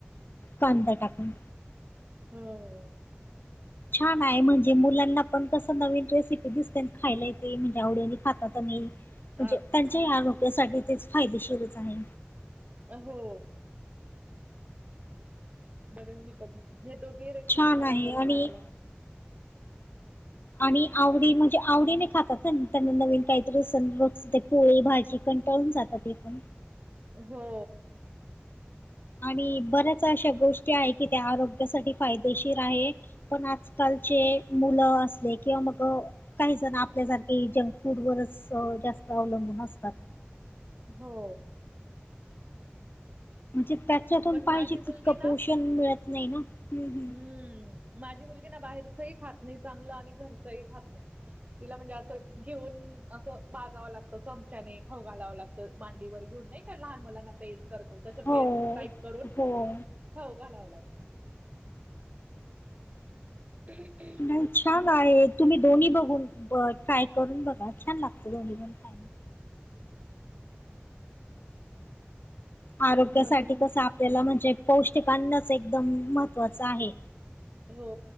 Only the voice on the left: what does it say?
कांदा टाकून.
छान आहे म्हणजे मुलांना पण कसं नवीन रेसिपी ते दिसते अन खायला येते म्हणजे आवडीने खातात आणि म्हणजे
त्यांच्याही आरोग्यासाठी तेच फायदेशीरच आहे.
छान
आहे
आणि
आणि आवडी म्हणजे आवडीने खातात त्यांना नवीन काहीतरी स रोज ते पोळी भाजी कंटाळून जातात ते पण.
आणि बऱ्याच अशा गोष्टी आहे की त्या आरोग्यासाठी फायदेशीर आहे. पण आज कालचे मुलं असले किंवा मग अ काही जण आपल्यासारखे जंक फूड वरच जास्त अवलंबून असतात.
म्हणजे त्याच्यातून
पाहिजे
तितकं
पोषण मिळत नाही ना, हम्म हम्म.
हो
हो.
नाही छान आहे, तुम्ही दोन्ही बघून अ ट्राय करून बघा छान लागतं दोन्ही पण. खायला. आरोग्यासाठी
कस आपल्याला म्हणजे पौष्टिक अन्नच एकदम महत्त्वाचं आहे.